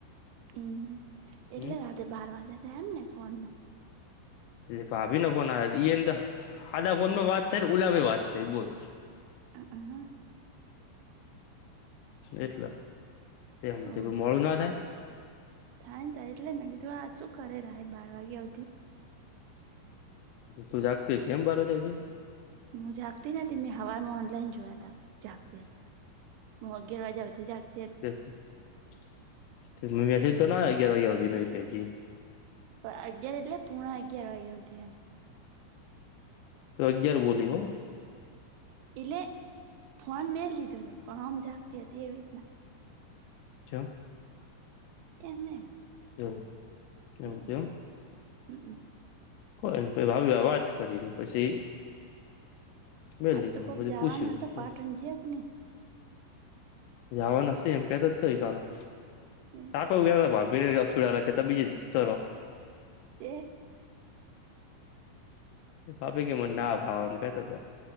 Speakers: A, on the right; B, on the left.
A: હમ્મ,
B: હમ
A: એટલે રાતે બાર વાગ્યા તા એમ ને ફોનમાં
B: એ ભાભીનો ફોન આવ્યો. એને અદા ફોને ણે ઉલા ફનોએ વાત ભી થઇ બોલ.
A: <inaudible>
B: એટલે તેમાં
A: ઓ
B: મોડું ના થાય.
A: થાય ને થાય એટલે મેને કીધું આ શું કરે બાર વાગે આવતી
B: તું જાગતી હતી એમ બાર વાગ્યા સુધી?
A: હું જાગતી નથી મેં હવારમાં ઓનલાઈન જોયા ત જાગતી હતી. હું અગ્યાર વાગ્યાથી જાગતી હતી.
B: મેસસૅગે તો ના અગિયાર <unintelligible> ન કેજી
A: પણ અગિયાર એટલે પોણા અગિયાર વાગ્યાથી એમ.
B: તો અગિયાર બોલી હો?
A: એટલે ફોન મે લીધો હતો પણ આમ જ આપી હતી એ રીતના
B: કેમ?
A: એમને એમ.
B: એવું
A: હમમ
B: છે.
A: હમમ
B: કોઈ ને પછ <unintelligible> વાત કરીને પછી મેલ
A: આજ
B: <unintelligible>
A: તો કોક
B: મજ
A: જવાના
B: પુછી
A: <unintelligible>
B: જાવા ને શે એમ કેતો તોય કાલ <unintelligible>
A: નહી
B: થોડા રાખેતા બીજ ત
A: જે
B: ભાભી કે મને ના ભાવ એમ કેતા તા